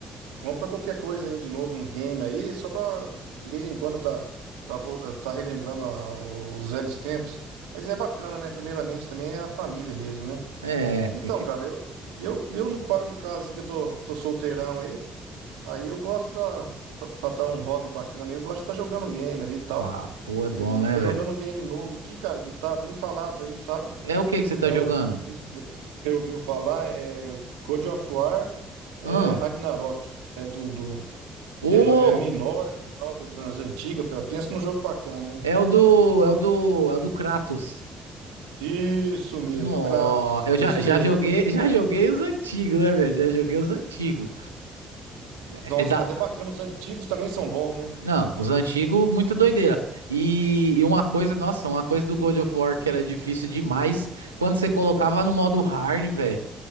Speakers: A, on the right; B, on the right.
A: Compra qualquer coisa aí de novo, um game aí, só pra. De vez em quando tá. Tá, vo- tá relembrando a- os velhos tempos. Mas é bacana, né? Primeiramente também é a família mesmo, né?
B: É, tem
A: Então,
B: que.
A: cara, eu. Eu, eu no, par- no caso, assim, que eu tô, tô solteirão aí. Aí eu gosto. tá, Pra, pra dar um hobby bacana aí, eu gosto de estar jogando um game ali e tal.
B: Ah, pô, é
A: Aí
B: bom, né,
A: tô
B: velho?
A: jogando um game novo aqui, cara, que tá bem falado aí, sabe?
B: É o que que você
A: Que
B: tá
A: é
B: jogando?
A: o. Você ouviu falar? É God of War, é
B: Hã?
A: Ragnarok. É do, do- é,
B: Ô,
A: no- é meio nórdico, tal, das, das antigas. pô. Pensa num jogo bacana, hein?
B: é o do. É o do. É o do Kratos.
A: Isso
B: Nó,
A: mesmo, do Kratos.
B: eu
A: Isso
B: já, já
A: mesmo.
B: joguei, <laughs> já joguei os antigos, né, velho? Já joguei os antigos.
A: Nossa,
B: É é da.
A: mas é bacana, os antigos também são bons, né?
B: Não, os antigos, muita doideira. E, e uma coisa, nossa, uma coisa do God of War que era difícil demais, quando você colocava no modo hard, velho,